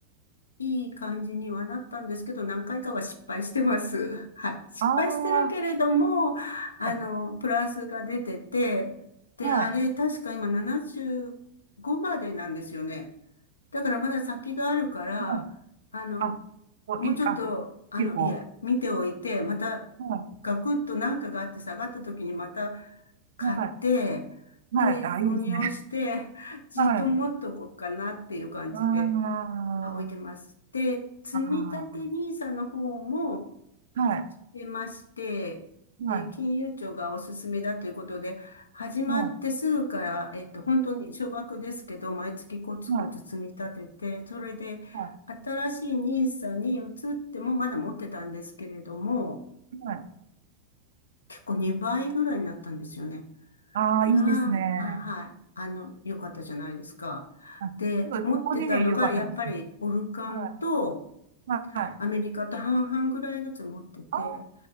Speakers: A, on the left; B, on the right.
A: いい感じにはなったんですけど、何回かは失敗してます。<laughs> はい。失敗してるけれども、
B: ああ、は
A: あの、
B: い。
A: プラスが出てて、で、
B: はい。
A: あれ、確か今75までなんですよね。だからまだ先があるから、
B: はい
A: あの、
B: あ、こういい、
A: もうちょっと、
B: あ、
A: あの、
B: 結構。
A: いや見ておいて、また、
B: は
A: ガクッと何かがあって下がった時にまた買って、
B: い。はい。
A: で、
B: はい。あ、
A: 運用して、
B: いいですね。
A: じっと持っとこうかなっていう感じで、
B: <laughs> はい。ああ、
A: あ、置いてます。で、積立ニ
B: あ
A: i サの方も
B: あ、はい。
A: 出まして、
B: はい。
A: で、金融庁がおすすめだということで、始まってすぐから、
B: はい。
A: えっと、本当に少額ですけど、毎月コツコツ積み立てて、
B: はい。
A: それで、
B: は
A: 新しいニーサに移っても、まだ持ってたんですけれども、
B: い。はい。
A: 結構2倍ぐらいになったんですよね。
B: ああ、
A: な、
B: いいですね。
A: あ、はい。あの、よかったじゃないですか。
B: あ、すごい、
A: で、持ってたのが、
B: ここに良かったですね。
A: やっぱり、オルカンと、
B: はい。はい。はい。
A: アメリカと半々ぐらいずつ持ってて、
B: あ、